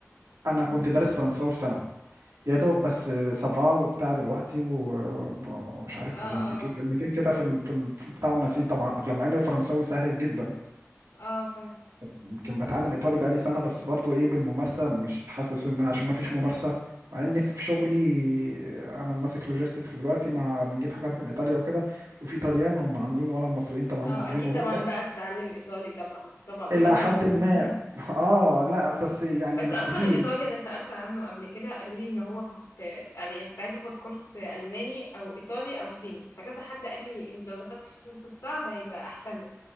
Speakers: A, on the right; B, on the left.
A: انا
B: مم.
A: كنت دارس فرنساوي في ثانوي يا دوب بس سافا وبتاع دلوقتي و- ومش عارف
B: اه
A: بونابتيه
B: اه
A: كلمتين كده في ال... في ال... في البتاع ونسيت طبعا لما ان الفرنساوي سهل جدا
B: اه فاهم
A: يمكن بتعلم ايطالي بقالي سنه بس برضو ايه بالممارسه مش حاسس ان عشان ما فيش ممارسه مع ان في شغلي انا ماسك لوجيستكس دلوقتي ما بنجيب حاجات من ايطاليا وكده وفي طليان هم عاملين ولا المصريين طبعا
B: اه
A: مصريين
B: اكيد
A: اوروبا
B: طبعا بقى تتعلم ايطالي طبعا طبعا
A: الى
B: طبعا
A: حد
B: <laughs>
A: ما <laughs> اه لا بس يعني
B: بس
A: مش
B: اصلا
A: كتير
B: الايطالي انا سألت عنه قبل كده قالوا لي ان هو كنت يعني كنت عايزه اخد كورس الماني او ايطالي او صيني فكذا حد قال لي انت لو دخلتي في الصعب هيبقى احسن لك